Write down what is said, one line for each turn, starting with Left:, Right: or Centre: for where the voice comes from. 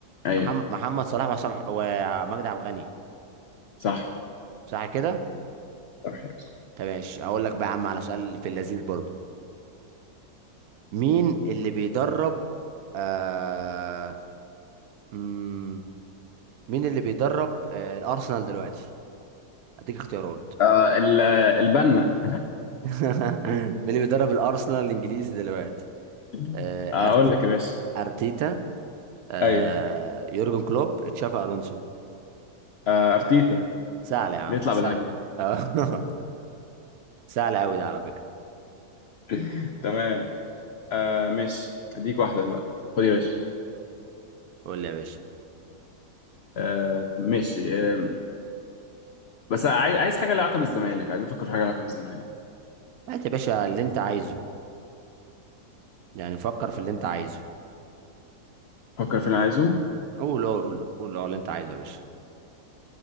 Left: ايوه
Right: محمد محمد صلاح وعصام ح- ومجدي عبد الغني
Left: صح
Right: صح كده
Left: صح يا باشا
Right: طب ماشي هقول لك بقى يا عم على سؤال في اللذيذ برضو مين اللي بيدرب آه... مم... مين اللي بيدرب آه... الارسنال دلوقتي هديك اختيارات
Left: آه، ال- البنا
Right: <laughs> مين اللي بيدرب الارسنال الانجليزي دلوقتي
Left: <laughs>
Right: آه...
Left: اقول
Right: أرتي...
Left: لك يا باشا
Right: ارتيتا آه...
Left: ايوه
Right: يورجن كلوب تشافي الونسو
Left: آه، ارتيتا
Right: سهل يا عم
Left: بيطلع
Right: ده سهل
Left: بالهجمه
Right: آه، <laughs> سهل قوي ده على فكره
Left: <laughs> تمام آه ماشي اديك واحده دلوقتي خد يا باشا
Right: قول لي يا باشا
Left: آه ماشي آه بس عايز عايز حاجه لها علاقه بالزمالك عايز افكر في حاجه لها علاقه بالزمالك
Right: هات يا باشا اللي انت عايزه يعني فكر في اللي انت عايزه
Left: فكر في اللي عايزه
Right: قول قول قول قول اللي انت عايزه يا باشا